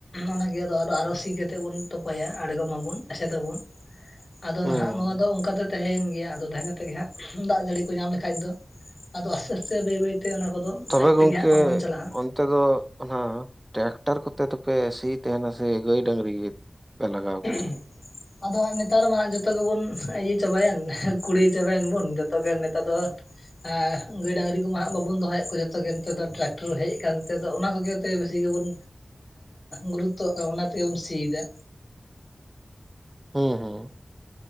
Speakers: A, on the left; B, on the right.
A: ᱚᱱᱟᱜᱮ ᱟ ᱟᱨᱚ ᱥᱤ ᱠᱟᱛᱮ ᱵᱩᱱ ᱛᱚᱯᱟᱭᱟ ᱟᱲᱜᱚᱢᱟᱵᱚᱱ ᱮᱥᱮᱫ ᱟᱵᱚᱱ ᱟᱫᱚ
B: ᱦᱩᱸ
A: ᱱᱟᱦᱟᱜ ᱱᱚᱣᱟ ᱫᱚ ᱚᱱᱠᱟ ᱛᱟᱸᱦᱮᱭᱮᱱ ᱜᱮᱭᱟ ᱟᱫᱚ ᱛᱟᱦᱮᱸ ᱠᱟᱛᱮᱜ ᱜᱮ ᱦᱟᱸᱜ ᱫᱟᱜ ᱡᱟᱹᱲᱤ ᱠᱚ ᱧᱟᱢ ᱞᱮᱠᱷᱟᱡ ᱫᱚ ᱟᱫᱚ ᱟᱥᱛᱮ ᱟᱥᱛᱮ ᱵᱟᱹᱭ ᱵᱟᱹᱭᱛᱮ ᱚᱱᱟ ᱠᱚᱫᱚ
B: ᱛᱚᱵᱮ
A: ᱟᱡ ᱛᱮᱜᱮ
B: ᱜᱚᱢᱠᱮ
A: ᱦᱟᱸᱜ ᱚᱢᱚᱱ ᱪᱟᱞᱟᱜᱼᱟ
B: ᱚᱱ ᱚᱱᱛᱮ ᱫᱚ ᱚᱱᱟ ᱴᱨᱟᱠᱴᱟᱨ ᱠᱚᱛᱮ ᱫᱚᱯᱮ ᱥᱤ ᱛᱟᱦᱮᱱᱟ ᱥᱮ ᱜᱟᱹᱭ ᱰᱟᱹᱝᱨᱤ ᱜᱮ ᱯᱮ ᱞᱟᱜᱟᱣ ᱠᱚ ᱛᱟᱦᱮᱸᱫ
A: <inaudible> ᱟᱫᱚᱜ ᱱᱮᱛᱟᱨ ᱢᱟ ᱦᱟᱜ ᱡᱚᱛᱚ ᱜᱮᱵᱚᱱ ᱤᱭᱟᱹ ᱪᱟᱵᱟᱭᱮᱱ ᱠᱩᱲᱤᱭᱟ ᱪᱟᱵᱟᱭᱮᱱ ᱵᱚᱱ ᱡᱚᱛᱚ ᱜᱮ ᱱᱮᱛᱟᱨ ᱫᱚ ᱟᱸ ᱜᱟᱹᱭ ᱰᱟᱝᱨᱤ ᱠᱚᱢᱟ ᱦᱟᱜ ᱵᱟᱵᱚᱱ ᱫᱚᱦᱚᱭᱮᱫ ᱠᱚᱣᱟ ᱡᱚᱛᱚ ᱜᱮ ᱱᱮᱛᱟᱨ ᱫᱚ ᱴᱨᱟᱠᱴᱚᱨ ᱦᱮᱡ ᱟᱠᱟᱱᱛᱮᱫ ᱫᱚ ᱚᱱᱟ ᱠᱚᱜᱮ ᱵᱮᱥᱤ ᱜᱮᱵᱚᱱ ᱜᱩᱨᱩᱛᱛᱚ ᱠᱟᱱᱟ ᱚᱱᱟ ᱛᱮᱜᱮᱵᱚᱱ ᱥᱤᱭᱮᱫᱟ᱾
B: ᱦᱩᱸ ᱦᱩᱸ